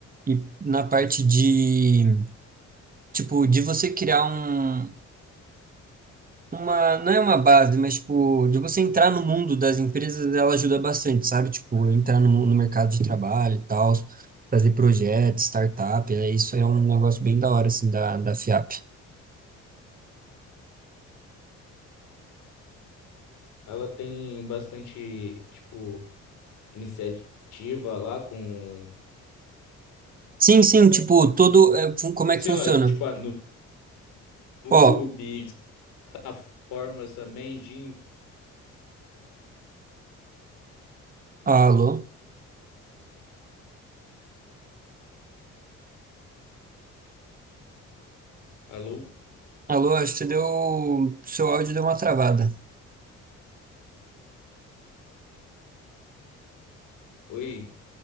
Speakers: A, on the right; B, on the left.
A: e na parte de, tipo, de você criar um uma, não é uma base, mas tipo, de você entrar no mundo das empresas, ela ajuda bastante, sabe? Tipo, entrar no, no mercado de trabalho e tal, fazer projetos, startup, é, isso é um negócio bem da hora, assim, da, da FIAP.
B: Ela tem bastante, tipo, iniciativa lá com,
A: Sim, sim, tipo, todo, é, fun- como
B: sei
A: é que funciona?
B: lá, tipo a Nube,
A: Ó,
B: plataformas também, Jim.
A: alô,
B: Alô?
A: alô, acho que você deu, seu áudio deu uma travada.
B: Oi,